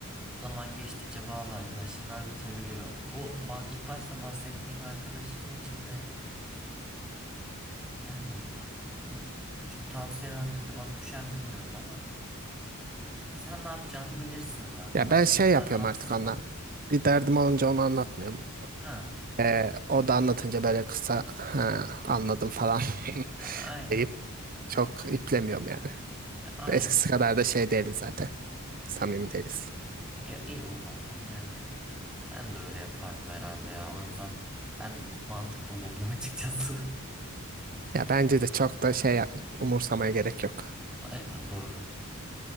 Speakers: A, in the centre; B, on the right.
A: zaman geçtikçe bazı arkadaşlıklar bitebiliyor. Bu ba- ilk başta bahsettiğin arkadaş için içinde Yani m- şimdi tavsiye vermek de bana düşer mi bilmiyorum ama sen ne yapacağını bilirsin zaten.
B: Ya
A: Ama
B: ben şey
A: bu kadar
B: yapıyorum
A: rahatsızsan.
B: artık onunla. Bir derdim olunca onu anlatmıyorum.
A: Ha,
B: E, o da anlatınca böyle kısa ha, anladım falan <laughs>
A: ya aynen.
B: deyip çok iplemiyorum yani.
A: Ya aynen.
B: Eskisi
A: o-
B: kadar da şey değiliz zaten. Samimi değiliz.
A: Ya iyi o zaman. Yani ben de öyle yapardım herhalde ya. O yüzden ben mantıklı buldum açıkçası. <laughs>
B: Ya bence de çok da şey umursamaya gerek yok.
A: Aynen doğru.